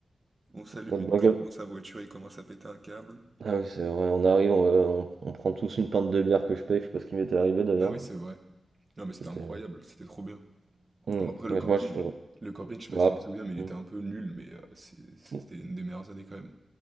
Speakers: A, on the right; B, on the right.
A: on s'allume
B: Notre
A: une
B: bagnole-
A: clope dans sa voiture, il commence à péter un câble.
B: Ah oui, c'est vrai, on arrive, on, euh, on- on prend tous une pinte de bière que je paye, je sais pas ce qui m'était arrivé d'ailleurs.
A: Ah oui, c'est vrai. Non, mais c'était
B: J'étais.
A: incroyable,
B: euh,
A: c'était trop bien.
B: Mm.
A: Bon, après, le
B: Ouais,
A: camping,
B: Moi, je,
A: le camping, je sais pas
B: je me
A: si
B: rappelle.
A: tu te souviens, mais il
B: Mm.
A: était un peu nul, mais euh, c'est- c'était
B: Mm.
A: une des meilleures années quand même.